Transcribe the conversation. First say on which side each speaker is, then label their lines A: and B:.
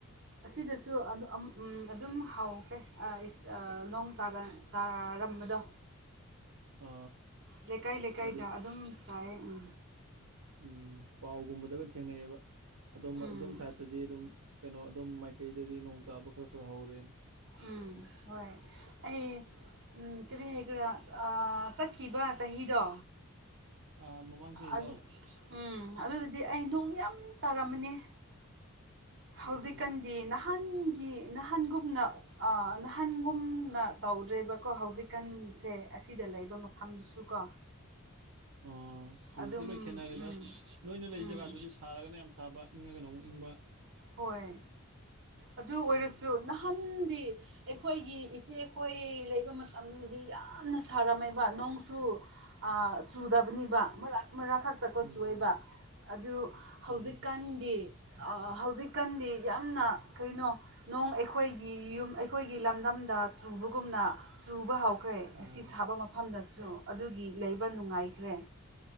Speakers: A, on the right; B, on the right.
A: ꯑꯁꯤꯗꯁꯨ <unintelligible> ꯎꯝ ꯑꯗꯨꯝ ꯍꯧꯎꯈ꯭ꯔꯦ ꯑꯥꯁ ꯑꯥ ꯅꯣꯡ ꯇꯗ ꯇꯥ ꯇꯥꯔꯝꯕꯗꯣ
B: ꯑ
A: ꯂꯩꯀꯥꯏ ꯂꯩꯀꯥꯏꯗ
B: ꯍꯥꯏꯗꯤ
A: ꯑꯗꯨꯝ ꯇꯥꯏ ꯎꯝ
B: ꯎꯝ ꯄꯥꯎꯒꯨꯝꯕꯗꯒ ꯊꯦꯡꯅꯩꯌꯦꯕ ꯑꯗꯣꯝ
A: ꯎꯝ
B: ꯑꯗꯣꯝ ꯁꯥꯏꯗꯇꯗꯤ ꯑꯗꯨꯝ ꯀꯩꯅꯣ ꯑꯗꯣꯝ ꯃꯥꯏꯀꯩꯗꯗꯤ ꯅꯣꯡ ꯇꯥꯕ ꯈꯔ ꯈꯔ ꯍꯧꯔꯦꯅ
A: ꯎꯝ ꯍꯣꯏ ꯑꯩ ꯎꯝ ꯀꯔꯤ ꯍꯥꯏꯒꯦꯔꯥ ꯑꯥ ꯆꯠꯈꯤꯕ ꯆꯍꯤꯗꯣ
B: ꯑꯥ ꯃꯃꯥꯡ ꯆꯍꯤꯗꯣ
A: ꯑꯗꯨ ꯎꯝ ꯑꯗꯨꯗꯗꯤ ꯑꯩ ꯅꯣꯡ ꯌꯥꯝ ꯇꯥꯔꯝꯃꯅꯤ ꯍꯧꯖꯤꯛꯀꯥꯟꯗꯤ
B: ꯎꯝ
A: ꯅꯍꯥꯟ ꯀꯤ ꯅꯍꯥꯟꯒꯨꯝꯅ ꯑꯥ ꯅꯍꯟꯒꯨꯝꯅ ꯇꯧꯗ꯭ꯔꯦꯕꯀꯣ ꯍꯧꯖꯤꯛꯀꯥꯟꯖꯦ ꯑꯁꯤꯗ ꯂꯩꯕ ꯃꯐꯝꯗꯨꯁꯨ ꯀꯣ
B: <inaudible> ꯑꯣ ꯍꯧꯖꯤꯛꯇꯤ
A: ꯑꯗꯨꯝ
B: ꯂꯣꯏ ꯈꯦꯠꯅꯔꯦꯗ
A: ꯎꯝ
B: ꯑꯁ ꯅꯣꯏꯅ ꯂꯩ
A: ꯎꯝ
B: ꯖꯒꯥꯗꯨꯗꯤ ꯁꯥꯔꯒꯅ ꯌꯥꯝ ꯆꯥꯕ ꯏꯪꯉꯒꯅ ꯑꯃꯨꯛ ꯏꯪꯕ
A: ꯍꯣꯏ ꯑꯗꯨ ꯑꯣꯏꯔꯁꯨ
B: ꯎꯝ
A: ꯅꯍꯥꯟꯗꯤ ꯑꯩꯈꯣꯏꯒꯤ ꯏꯆꯦꯈꯣꯏ ꯂꯩꯕ ꯃꯇꯝꯗꯗꯤ ꯌꯥꯝꯅ ꯁꯥꯔꯝꯃꯦꯕ ꯅꯣꯡꯁꯨ ꯑꯥ ꯆꯨꯗꯕꯅꯤꯕ ꯑꯃꯔꯛ ꯑꯃꯔꯛ ꯈꯛꯇꯀꯣ
B: ꯎꯝ
A: ꯆꯨꯌꯦꯕ ꯑꯗꯨ ꯍꯧꯖꯤꯛꯀꯥꯟꯗꯤ
B: ꯎꯝ
A: ꯑꯥ ꯍꯧꯖꯤꯛꯀꯥꯟꯗꯤ ꯌꯥꯝꯅ ꯀꯔꯤꯅꯣ ꯅꯣꯡ ꯑꯩꯈꯣꯏꯒꯤ ꯌꯨꯝ ꯑꯩꯈꯣꯏꯒꯤ ꯂꯝꯗꯝꯗ ꯆꯨ ꯒꯨꯝꯅ ꯆꯨꯕ ꯍꯧ ꯈ꯭ꯔꯦ ꯑꯁꯤ
B: ꯑꯣ
A: ꯁꯥꯕ ꯃꯐꯝꯗꯁꯨ ꯑꯗꯨꯒꯤ ꯂꯩꯕ ꯅꯨꯡꯉꯥꯏꯈ꯭ꯔꯦ